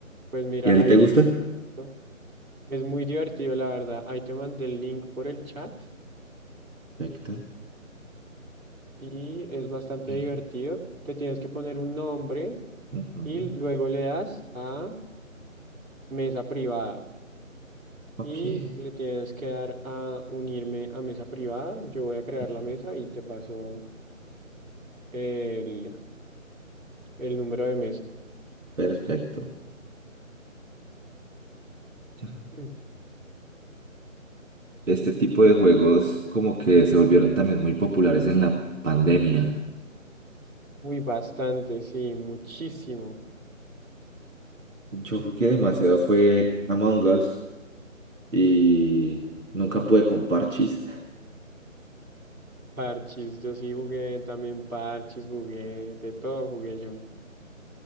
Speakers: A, on the right; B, on the right.
A: pues mira,
B: ¿Y a ti
A: ahí
B: te gusta?
A: te estoy mandando- Es muy divertido, la verdad. Ahí te mandé el link por el chat
B: Perfecto.
A: y es bastante
B: Sí.
A: divertido. Te tienes que poner un nombre
B: Ujú.
A: y luego le das a mesa privada
B: Ok.
A: y le tienes que dar a unirme a mesa privada. Yo voy a crear
B: Ujú.
A: la mesa y te paso el, el número de mesa.
B: Perfecto. Ya.
A: Mm.
B: Este tipo de juegos como que se volvieron también muy populares en la pandemia.
A: Uy, bastante, sí, muchísimo.
B: Yo jugué demasiado fue Among Us y nunca pude con Parchís.
A: Parchis, yo sí jugué también parchis, jugué, de todo jugué yo.